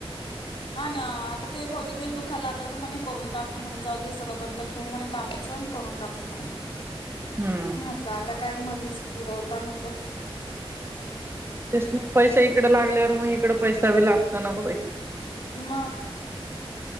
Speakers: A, on the left; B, on the right.
A: हा ना आता ते भाोजी तेच दुखायला लागलं तर म्हणे करून टाकू म्हणे जाऊ दे हे सगळं बंद ठेवू म्हणे काम पण करून टाकू म्हणे
B: हम्म
A: म्हातलं आता काय मधीच उडवता म्हटल
B: ते पैसा इकडे लागल्यावर मग इकड पैसाी लागतो तो नको बा
A: म